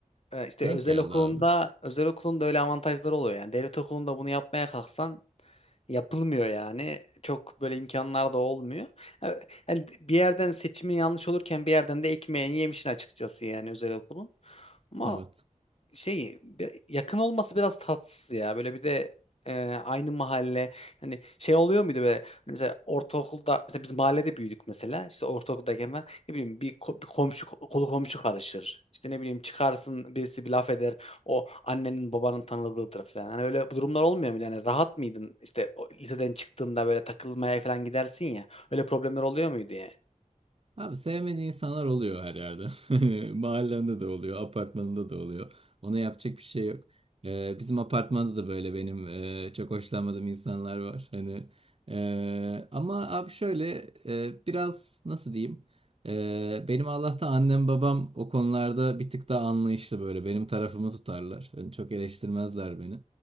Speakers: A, on the left; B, on the right.
A: e, işte
B: Denk
A: özel
B: geldi
A: okulunda
B: abi.
A: özel okulun da öyle avantajları oluyor. Yani devlet okulunda bunu yapmaya kalksan yapılmıyor yani. Çok böyle imkanlar da olmuyor. E, Yani bir yerden seçimi yanlış olurken bir yerden de ekmeğini yemişsin açıkçası yani özel okulun. Ama
B: Evet.
A: Şeyi bi- yakın olması biraz tatsız ya. Böyle bir de e, aynı mahalle hani şey oluyor muydu böyle hani mesela ortaokulda mesela biz mahallede büyüdük mesela işte ortaokuldayken ben ne bileyim bir, ko- bir komşu kolu komşu karışır. İşte ne bileyim çıkarsın birisi bir laf eder o annenin babanın tanıdığıdır falan. Hani öyle bu durumlar olmuyor mu? Yani rahat mıydın işte o liseden çıktığında böyle takılmaya falan gidersin ya öyle problemler oluyor muydu yani?
B: Abi sevmediği insanlar oluyor her yerde. <laughs> Hani Mahallende de oluyor, apartmanında da oluyor. Ona yapacak bir şey yok. Ee, bizim apartmanda da böyle benim e, çok hoşlanmadığım insanlar var. Hani e, ama abi şöyle e, biraz nasıl diyeyim? E, benim Allah'tan annem babam o konularda bir tık daha anlayışlı böyle. Benim tarafımı tutarlar. Hani çok eleştirmezler beni.